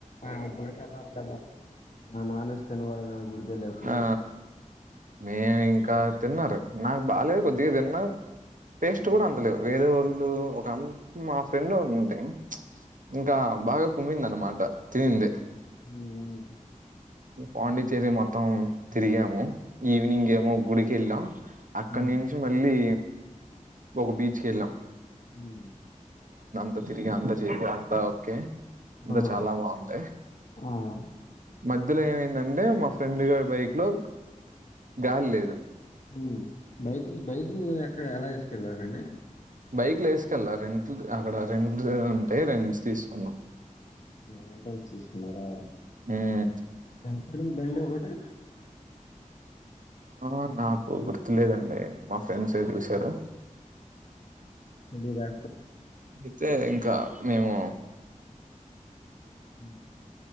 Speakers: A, on the left; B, on the right.
A: ఆ గుడికెళ్ళాలి కదా న నాన్ వెజ్ తినకుడదు గుడికెళ్ళెటప్పుడు
B: ఆ మేము ఇంకా తిన్నారు నాకు బాలేదు కొద్దిగా తిన్నా టేస్ట్ కూడా
A: హ్మ్.
B: అంతలేదు వేరే వోళ్ళు ఇప్పుడు ఒక మా ఆం ఫ్రెండ్ ఒకడ్ ఉండే ఇంకా కుమ్మిందాన్నమాట తినిన్ది
A: హ్మ్.
B: పాండిచ్చేరి మొత్త త్తం తిరిగాము ఈవినింగేమో
A: హ్మ్.
B: ఒక గుడికి వెళ్ళాం అక్కనుంచి
A: హ్మ్. హ్మ్.
B: మళ్ళీ ఒక బీచ్కెళ్ళం
A: హ్మ్
B: త తిరిగి అంత చేసి అంతా ఓకే అంతా
A: ఆ!
B: చాలా బాగుంది
A: ఆ!
B: మధ్యలో ఏమైందట్ అంటే మా ఫ్రెండ్ గారి బైక్ లో గాలి లేదు
A: హ్మ్ బైక్ బైక్ ఎక్కడ ఎలా ఎసుకెళ్ళడండి
B: బైక్లు వేసుకెళ్ళ రెంట్లు అక్కడ రెంట్ ఉంటే రెంట్స్ తీసుకున్నాం
A: రెంట్స్ తీస్కున్నారా
B: హ్మ్
A: ఎంత పడింది బండి ఒకటి
B: ఆ నాకు గుర్తులేదండి, మా ఫ్రెండ్స్ ఏ చూసారు.
A: తెలిదా
B: యితే ఇంకా మేము
A: హ